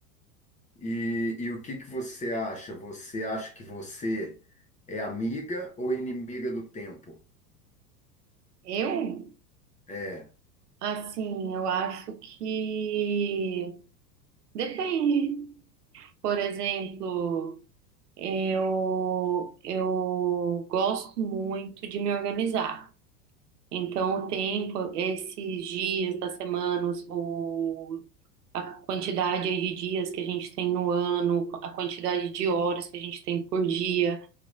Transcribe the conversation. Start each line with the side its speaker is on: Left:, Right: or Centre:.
Left: E, e o que que você acha? Você acha que você é amiga ou inimiga do tempo?
Right: Eu,
Left: É,
Right: assim, eu acho que depende. Por exemplo, eu, eu gosto muito de me organizar. Então, o tempo, esses dias da semana, os- o a quantidade aí de dias que a gente tem no ano, a quantidade de horas que a gente tem por dia.